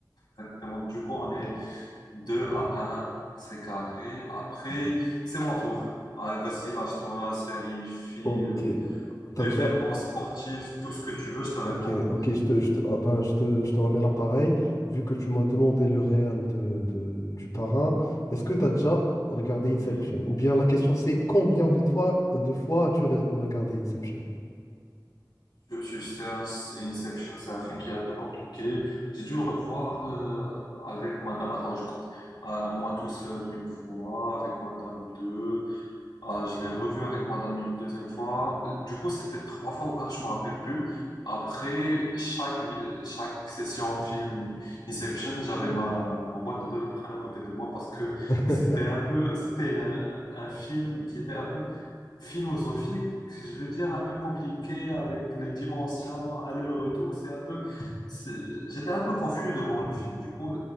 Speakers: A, on the left; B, on the left.
A: Exactement. Du coup, on est 2 à un c'est carré. Après, c'est mon tour. Allez, vas-y, lâche-toi, série, film,
B: Ok. T'as
A: événement
B: déjà,
A: sportif, tout ce que tu veux, je te réponds.
B: Ok, ok, je te, je te- ah ben, je te, je te remets l'appareil. Vu que tu m'as demandé le réel de, de- du parrain, est-ce que tu as déjà regardé Inception?
A: Mhm.
B: Ou bien la question c'est combien de, toi, de fois as-tu re- regardé Inception?
A: Je- je- C'est un- c'est Inception, c'est un film qui est un peu compliqué. J'ai dû le revoir euh, avec Madame. Attends, je compte. Euh, moi tout seul une fois, avec Madame deux, Ah, je l'ai revu avec madame une deuxième fois. Du coup, c'était trois fois ou quatre, je me rappelle plus. Après chaque, vi- euh, chaque session film Inception, j'avais ma, ma boîte de Doliprane à côté de moi parce que
B: <laughs>
A: c'était un peu, c'était un, un film qui était un peu philosophique, je veux dire un peu compliqué avec les dimensions, aller-retour. C'est un peu, c'est- j'étais un peu confus devant le film. Du coup,